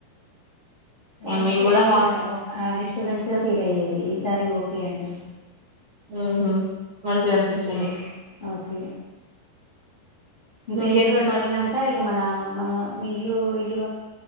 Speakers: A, on the right; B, on the left.
A: ఆ,
B: లేకపోతే
A: మేము కూడా
B: ఎప్పుడు
A: మా
B: ఒకడిస్ డిస్టబెన్స్గా ఫీల్ అయ్యేది ఈసారి ఓకే అండి.
A: ఉహూ మంచిగా అనిపించింది
B: ఉమ్ ఓకే ఇంకా
A: ఇంకేంటి
B: ఇల్లు కట్టుకున్నాక
A: మరి
B: ఇక మన మన మీ ఇల్లు ఇల్లు